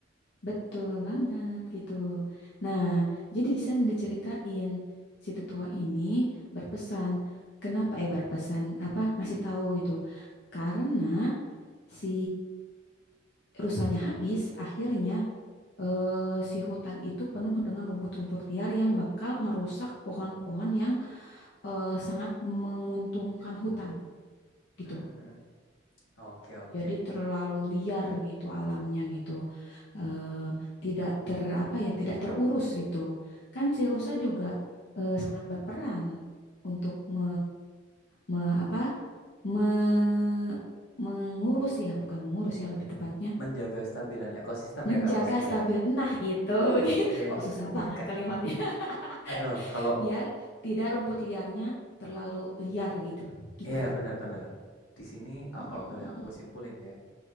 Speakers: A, on the left; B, on the left.
A: Betul banget gitu. Nah, jadi di sana diceritain si tetua ini berpesan, kenapa eh berpesan apa ngasih tahu gitu. Karena si rusanya habis, akhirnya eh, si hutan itu penuh dengan rumput-rumput liar yang bakal ngerusak pohon-pohon yang eh, sangat menguntungkan hutan gitu.
B: mm, mm, mm. Oke oke.
A: Jadi terlalu liar gitu alamnya gitu. Eh, tidak ter apa ya, tidak terurus gitu. Kan si rusa juga eh, sangat berperan untuk me, me- apa? me- mengurus ya, bukan mengurus ya lebih tepatnya,
B: Menjaga stabilan ekosistem
A: menjaga
B: ya Kak maksudnya.
A: stabil. Nah, itu <laughs>
B: Iya,
A: kok susah banget
B: iya Kak.
A: kalimatnya.
B: Aduh,
A: <laughs>
B: kalau
A: Biar tidak rumput liarnya terlalu liar gitu. Gitu,
B: iya
A: Kak.
B: benar-benar. Di sini eh,
A: Mm.
B: kalau boleh aku kesimpulin ya.